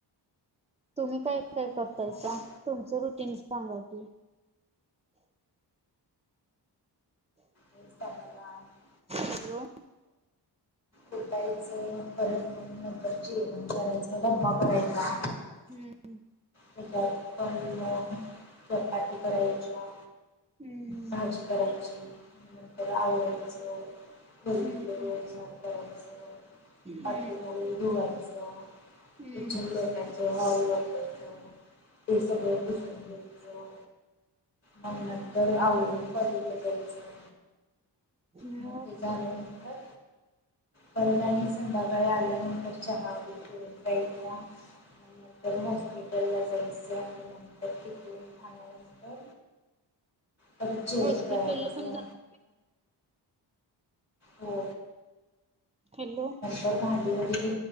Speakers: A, on the right; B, on the left.
A: तुम्ही काय
B: आणि
A: काय करताय
B: मला
A: काम तुमच रुटीन सांगा की
B: सगल <inaudible>
A: हॅलो
B: उठायच परत नाहीतर नंतर जेवण करायच डब्बा करायचा
A: हम्म
B: त्याच्यात पण चपाती करायच्या
A: हम्म
B: भाजी करायची नंतर आवरायचं गल्लीतलं
A: हम्म हम्म
B: रोज झाान करायचं
A: हम्म
B: आतली मोरी धोयचा
A: हम्म
B: किचन लोटायचं हॉल लोटायचं ते सगळ पुसून घ्यायचं आणि नंतर आवरून कॉलेजला जायचं
A: हम्म
B: म
A: मग
B: ते झाल्यानंतर परत आणि संध्याकाळी आल्यानंतर चहा वगैरे करून प्याचा आणि नंतर हॉस्पिटल ला जायचं आणि नंतर तिकडून आल्या नं तर परत जेवण
A: हॉस्पिटलला
B: करायचं
A: पण जात
B: हो
A: हॅलो
B: तर भाडी वगैरे